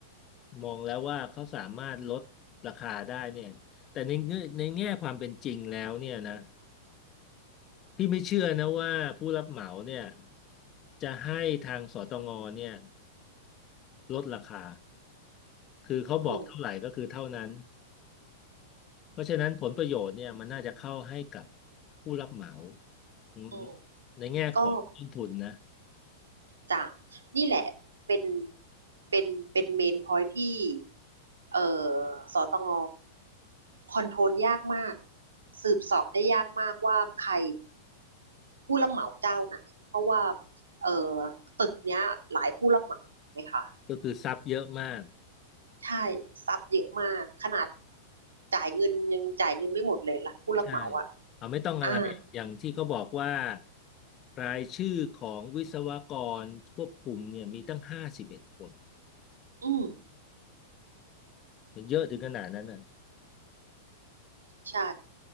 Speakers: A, on the left (about 35°); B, on the right (about 85°).
A: มองแล้วว่าเขาสามารถลดราคาได้เนี่ยแต่ในเงื่อนในแง่ความเป็นจริงแล้วเนี่ยนะพี่ไม่เชื่อนะว่าผู้รับเหมาเนี่ยจะให้ทางสตงเนี่ยลดราคาคือเขาบอกเท่าไหร่ก็คือเท่านั้น
B: อืม
A: เพราะฉะนั้นผลประโยชน์เนี่ยมันน่าจะเข้าให้กับผู้รับเหมาอืม
B: อืม
A: ในแง่ของต้นทุนนะ
B: ก็จะนี่แหละเป็นเป็นเป็นเมนพอยที่เอ่อสตงคอนโทรลยากมากสืบเสาะได้ยากมากว่าใครผู้รับเหมาเจ้าไหนเพราะว่าเอ่อตึกเนี้ยหลายผู้รับเหมาถูกไหมคะ
A: ก็คือซับเยอะมาก
B: ใช่ซับเยอะมากขนาดจ่ายเงินยังจ่ายเงินไม่หมดเลยล่ะผู้รับเหมาอ่ะ
A: ใช่เอาไม่ต้องอะไรอย่างที่เขาบอกว่า
B: อ่า
A: รายชื่อของวิศวกรควบคุมเนี่ยมีตั้งห้าสิบเอ็ดคน
B: อืม
A: มันเยอะถึงขนาดนั้นน่ะ
B: ใช่